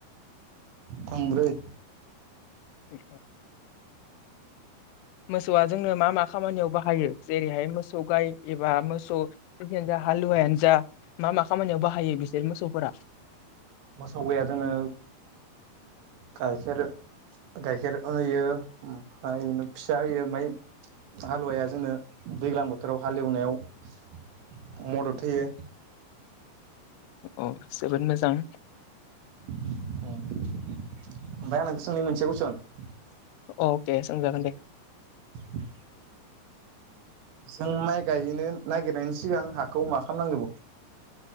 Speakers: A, on the right; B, on the left.
A: थोंब्रै
B: अ मोसौआ जोंनो मा मा खामानियाव बाहायो? जेरैहाय मोसौ गाय एबा मोसौ जाखियानो जा हालुवायानो जा मा मा खामानियाव बाहायो बिसोर मोसौफोरा
A: मोसौ गाया जोङो गाइखेर गाइखेर होयो ओमफ्राय बिदिनो फिसा होयो ओमफाय हालुवाया जोंनो दैज्लां बोथोराव हालेवनायाव मदद होयो
B: औ जोबोद मोजां
A: ओमफ्राय आं नोंखौ नोंनि मोनसे कुइसन
B: अके सोंजागोन दे
A: <inaudible> जों माइ गायनो नागिरनायनि सिगां हाखौ मा खालामनांग्रोगौ?